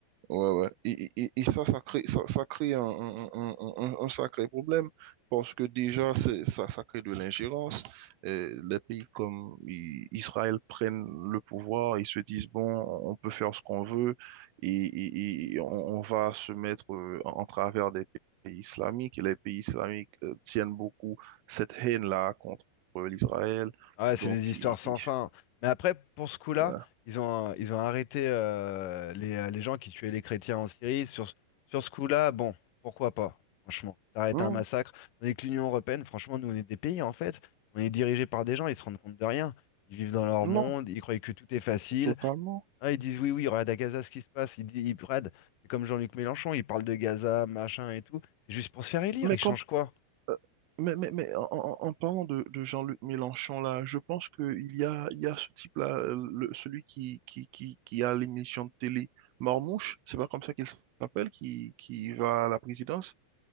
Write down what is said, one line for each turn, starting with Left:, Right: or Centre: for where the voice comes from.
Right: ouais, ouais. Et, et- et- et ça, ça crée, ça, ça crée un, un- un- un- un sacré problème parce que déjà, c'est- ça, ça crée de l'ingérence. Euh, Les pays comme I- Israël prennent le pouvoir, ils se disent, bon, on peut faire ce qu'on veut et, et- et on, on va se mettre euh, en, en travers des pays islamiques. Et les pays islamiques euh, tiennent beaucoup cette haine-là contre l'Israël.
Left: Ah Ouais,
Right: Donc,
Left: c'est des histoires
Right: ils-
Left: sans
Right: ils-
Left: fin. Mais après, pour ce coup-là,
Right: ouais.
Left: ils ont, ils ont arrêté euh, les, euh, les gens qui tuaient les chrétiens en Syrie. Sur, sur ce coup-là, bon, pourquoi pas, franchement. T'arrêtes
Right: Hum,
Left: un massacre. Tandis que l'Union européenne, franchement, nous, on est des pays, en fait. On est dirigés par des gens, ils se rendent compte de rien. Ils vivent dans leur monde,
Right: non,
Left: ils croient que tout est facile.
Right: totalement.
Left: Ah, ils disent oui, oui, regarde à Gaza ce qui se passe. Ils disent, ils, regarde, c'est comme Jean-Luc Mélenchon, il parle de Gaza, machin et tout. C'est juste pour se faire élire,
Right: Mais
Left: ils
Right: quand
Left: changent quoi?
Right: Euh, Mais, mais, mais en, en- en parlant de, de Jean-Luc Mélenchon, là, je pense qu'il y a, il y a ce type-là, euh, le- celui qui, qui, qui, qui a l'émission de télé Marmouche, c'est pas comme ça qu'il s'appelle, qui, qui va à la présidence,